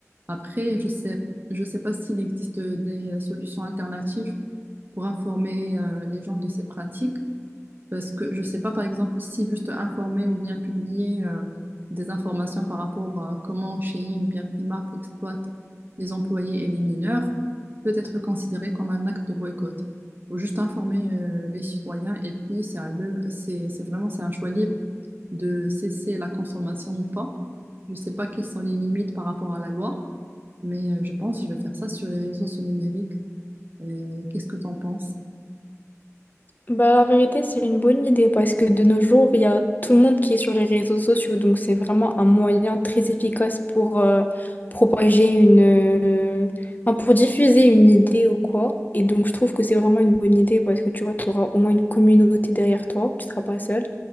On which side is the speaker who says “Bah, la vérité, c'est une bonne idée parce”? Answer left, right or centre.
Left